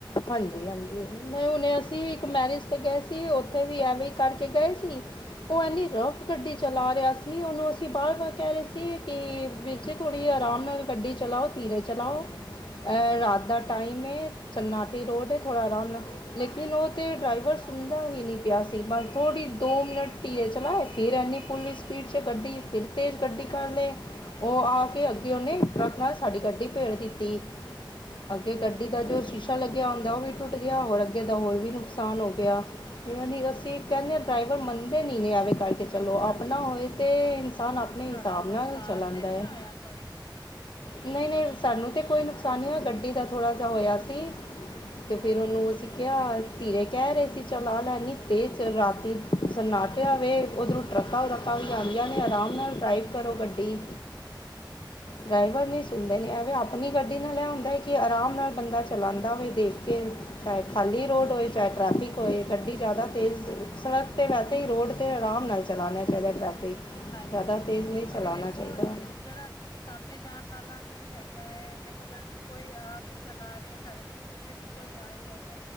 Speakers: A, on the left; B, on the left.
A: ਹਾਂਜੀ ਹਾਂਜੀ ਨਹੀਂ ਹੁਨੇ ਅਸੀਂ ਇੱਕ ਮੈਰਿਜ 'ਤੇ ਗਏ ਸੀ ਉੱਥੇ ਵੀ ਐਵੇਂ ਹੀ ਕਰਕੇ ਗਏ ਸੀ। ਉਹ ਐੰਨੀ ਰਫ ਗੱਡੀ ਚਲਾ ਰਿਹਾ ਸੀ ਉਹਨੂੰ ਅਸੀਂ ਬਾਰ ਵਾਰ ਕਹਿ ਰਹੇ ਸੀ ਕਿ ਵੀਰ ਜੀ ਥੋੜ੍ਹੀ ਆਰਾਮ ਨਾਲ ਗੱਡੀ ਚਲਾਓ ਥੀਰੇ ਚਲਾਓ। ਐ ਰਾਤ ਦਾ ਟਾਈਮ ਹੈ ਸਨਾਟੀ ਰੋਡ ਹੈ ਥੋੜ੍ਹਾ ਆਰਾਮ ਨਾਲ ਲੇਕਿਨ ਉਹ ਤਾਂ ਡਰਾਈਵਰ ਸੁਣਦਾ ਹੀ ਨਹੀਂ ਪਿਆ ਸੀ ਬਸ ਥੋੜ੍ਹੀ ਦੋ ਮਿੰਟ ਧੀਰੇ ਚਲਾਏ ਫਿਰ ਐੰਨੀ ਫੁਲ ਸਪੀਡ ਚ ਗੱਡੀ ਫਿਰ ਤੇਜ ਗੱਡੀ ਕਰਲੀ ਉਹ ਆ ਕੇ ਅੱਗੇ ਉਹਨੇ ਟਰੱਕ ਨਾਲ ਸਾਡੀ ਗੱਡੀ ਭੇੜ ਦਿੱਤੀ। ਅੱਗੇ ਗੱਡੀ ਦਾ ਜੋ ਸ਼ੀਸ਼ਾ ਲੱਗਿਆ ਹੁੰਦਾ ਉਹ ਵੀ ਟੁੱਟ ਗਿਆ ਹੋਰ ਅੱਗੇ ਦਾ ਹੋਰ ਵੀ ਨੁਕਸਾਨ ਹੋ ਗਿਆ। ਅਸੀਂ ਕਹਿੰਦੇ ਹ ਡਰਾਈਵਰ ਮੰਨਦੇ ਨੀ ਨੇ ਆਵੇ ਕਰਕੇ ਚਲੋ
B: ਹਾਂਜੀ
A: ਆਪਣਾ ਹੋਏ ਤਾਂ ਇਨਸਾਨ ਆਪਣੇ
B: ਤੇ ਤੁਹਾਡਾ
A: ਹਿਸਾਬ
B: ਨੁਕਸਾਨ
A: ਨਾਲ ਚਲਾਂਦਾ
B: ਤੇ ਨਹੀਂ
A: ਹੈ।
B: ਹੋਇਆ ਕੋਈ
A: ਨਹੀਂ ਨਹੀਂ ਸਾਨੂੰ ਤੇ ਕੋਈ ਨੁਕਸਾਨ ਨਹੀਂ ਹੋਇਆ ਗੱਡੀ ਦਾ ਥੋੜ੍ਹਾ ਜਿਹਾ ਹੋਇਆ ਸੀ। ਤੇ
B: ਹਾਂਜੀ
A: ਫਿਰ ਉਹਨੂੰ ਅਸੀਂ ਕਿਹਾ ਥੀਰੇ ਕਹਿ ਰਹੇ ਸੀ ਚਲਾ ਲੈ ਇਨੀ ਤੇਜ ਰਾਤੀ ਸਨਾਟ ਆ ਵ ਉਧਰੋਂ ਟਰਕਾ ਵਰਕਾ ਵੀ ਆਉਂਦੀਆਂ ਨੇ ਆਰਾਮ ਨਾਲ ਡਰਾਈਵ ਕਰੋ ਗੱਡੀ। ਡਰਾਈਵਰ ਨਹੀਂ ਸੁਣਦੇ ਨੇ ਐਵੇਂ ਆਪਣੀ ਗੱਡੀ ਨਾਲ ਇਹ ਹੁੰਦਾ ਹੈ ਕਿ ਆਰਾਮ ਨਾਲ ਬੰਦਾ ਚਲਾਉਂਦਾ ਵੀ ਦੇਖ ਕੇ। ਚਾਹੇ ਖਾਲੀ ਰੋਡ ਹੋਏ ਚਾਹੇ ਟਰੈਫਿਕ ਹੋਏ ਗੱਡੀ ਜ਼ਿਆਦਾ ਤੇਜ਼ ਸੜਕ ਤੇ ਵੈਸੇ ਹੀ ਰੋਡ ਆਰਾਮ ਨਾਲ ਚਲਾਉਣਾ ਚਾਹੀਦਾ ਟਰੈਫਿਕ
B: ਹਾਂਜੀ
A: ਜ਼ਿਆਦਾ
B: ਕਿਉਂਕਿ
A: ਤੇਜ਼ ਨਹੀਂ ਚਲਾਉਣਾ
B: ਦੇਖੋ
A: ਚਾਹੀਦਾ।
B: ਜਿਹੜਾ ਸਾਹਮਣੇ ਜਾਣ ਵਾਲਾ ਵੀ ਹੈਗਾ ਹੈ ਦੇਖੋ ਜਦ ਕੋਈ ਆਪ ਵੀ ਚਲਾ ਰਿਹਾ ਆ ਸਾਡੇ ਤੋਂ ਪਿੱਛੇ ਵੀ ਕੋਈ ਆ ਰਿਹਾ ਹੈਗਾ